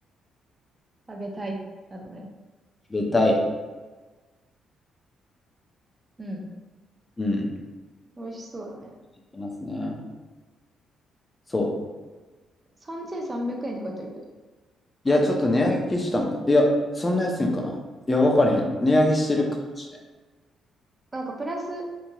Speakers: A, on the right; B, on the left.
A: 食べたい。なのね。
B: 食べたい。
A: うん。
B: うん。
A: 美味しそうだね。
B: 言ってますね。そう。
A: 3300円って書いてあるけど。
B: いや、ちょっと値上げしたんか。いや、そんな安いんかな。いや、わからへん。値上げしてるかもしれん。
A: な、なんかプラス、